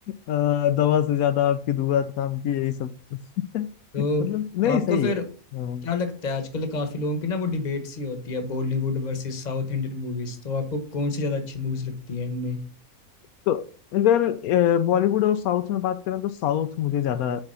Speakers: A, on the left (about 80°); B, on the left (about 30°).
A: अ, दवा से ज्यादा आपकी दुआ काम की यही सब <laughs>
B: तो
A: मतलब नहीं
B: आपको
A: सही
B: फिर
A: है हाँ।
B: क्या लगता है आजकल काफी लोगों की ना वो डिबेट सी होती है Bollywood versus south Indian movies तो आपको कौन सी ज्यादा अच्छी मूवीज लगती है इनमें
A: तो अगर बॉलीवुड और साउथ में बात करें तो साउथ मुझे ज्यादा